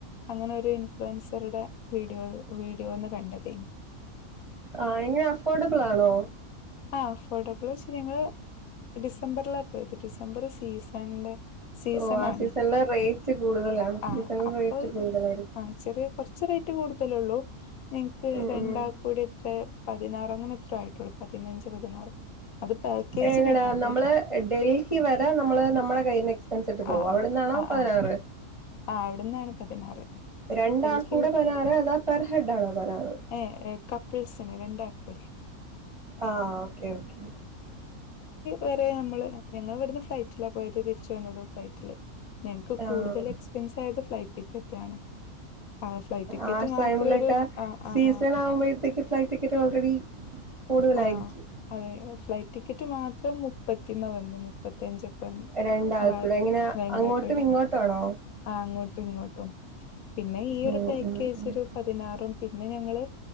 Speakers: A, on the left; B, on the right.
A: അങ്ങനെ ഒരു ഇൻഫ്ലുവൻസറുടെ വീഡിയോ വീഡിയോ ഒന്ന് കണ്ടതേ
B: ആഹ് എങ്ങനെ അഫോർഡബിളാണോ
A: ആഹ് അഫോർഡബിള് വെച്ച് ഞങ്ങള് ഡിസംബറിലാ പോയത് ഡിസംബർ സീസൺ ഇണ്ട് സീസൺ
B: ഓ ആ
A: ആണ്
B: സീസണില് റേറ്റ് കൂടുതലാണ് സീസണിൽ
A: ആഹ് അപ്പൊ
B: റേറ്റ് കൂടുതലായിരിക്കും
A: ആഹ് ചെറിയ കുറച്ച് റേറ്റ് കൂടുതലേ ഉള്ളൂ ഞങ്ങക്ക്
B: ഉം
A: രണ്ടാൾക്കൂടി
B: ഉം
A: എത്ര പതിനാറ് അങ്ങനെ എത്ര ആയിട്ടൊള്ളൂ പതിനഞ്ച്, പതിനാറ് അത് പാക്കേജിന്
B: എങ്ങനാ
A: ട്ടോ അപ്പേ
B: നമ്മള് ഡൽഹി വരെ നമ്മള് നമ്മടെ കയ്യിന്ന് എക്സ്പെൻസ് ഇട്ട് പോകും
A: ആ
B: അവ്ട്ന്നാണോ
A: ആ ആ
B: പതിനാറ്
A: ആ ആ അവിടുന്നാണ് പതിനാറ്
B: രണ്ടാൾക്കൂടെ
A: ഡൽഹി
B: പതിനാറ് അതോ പെർ ഹെഡ് ആണോ പതിനാറ്
A: ഏഹ് കപ്പിൾസിന് രണ്ടാൾക്കൂടെ
B: ആഹ് ഓക്കേ ഓക്കേ
A: വേറെ നമ്മള് ഞങ്ങള് ഇവ്ട്ന്ന് ഫ്ലൈറ്റിലാ പോയത് തിരിച്ച് വന്നതും ഫ്ലൈറ്റില് ഞങ്ങക്ക്
B: ആ
A: കൂടുതല് <unintelligible> ഫ്ലൈറ്റ് ടിക്കറ്റ് ആണ് ആഹ് ഫ്ലൈറ്റ് ടിക്കറ്റ്
B: ആ
A: മാത്രം
B: ടൈമിലൊക്കെ
A: ഒരു ആഹ് ആഹ് ആഹ്
B: <unintelligible> ഫ്ലൈറ്റ് ടിക്കറ്റ് ഓൾറെഡി കൂടുതലായിരിക്കും
A: ആഹ് അതെ ഫ്ലൈറ്റ് ടിക്കറ്റ് മാത്രം മുപ്പത്തിമ്മേ വന്നത് മുപ്പത്തിയഞ്ചൊക്കെ
B: രണ്ടാൾക്കൂടെ
A: <unintelligible>
B: എങ്ങനെ അങ്ങോട്ടും ഇങ്ങോട്ടാണോ
A: ആഹ് അങ്ങോട്ടും ഇങ്ങോട്ടും പിന്നെ ഈ ഒരു
B: ഉം
A: പാക്കേജ്
B: ഉം ഉം
A: ഒരു പതിനാറും പിന്നെ ഞങ്ങള്